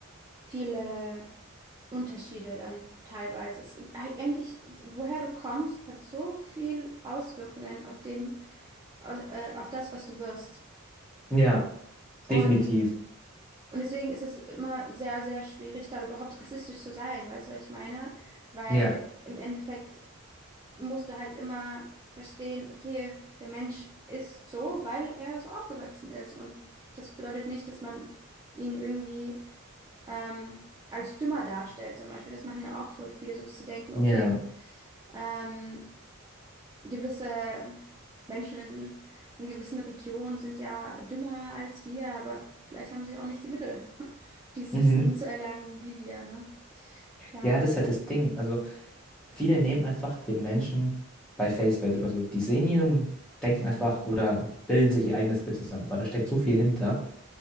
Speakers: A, on the right; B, in the centre.
A: viele Unterschiede dann teilweise. Es gibt eig- eigentlich, woher du kommst, hat so viel Auswirkungen auf dem, au- äh, auf das, was du wirst.
B: Ja,
A: Und,
B: definitiv.
A: und deswegen ist es immer sehr, sehr schwierig, da überhaupt rassistisch zu sein, weißt du, was ich meine? Weil
B: Ja,
A: im Endeffekt musst du halt immer verstehen, okay, der Mensch ist so, weil er so aufgewachsen ist. Und das bedeutet nicht, dass man ihn irgendwie ähm, als dümmer darstellt, zum Beispiel. Das machen ja auch voll viele, so zu denken, okay,
B: ja.
A: ähm, gewisse Menschen in, in gewissen Regionen sind ja dümmer als wir, aber vielleicht haben sie auch nicht die Mittel, <laughs> dieses
B: Mhm.
A: Wissen zu erlangen, wie wir, ne? Ja,
B: Ja, das ist halt das Ding. Also viele nehmen einfach den Menschen bei Face Value. Also die sehen ihn und denken einfach oder bilden sich ihr eigenes Bild zusammen. Aber da steckt so viel hinter,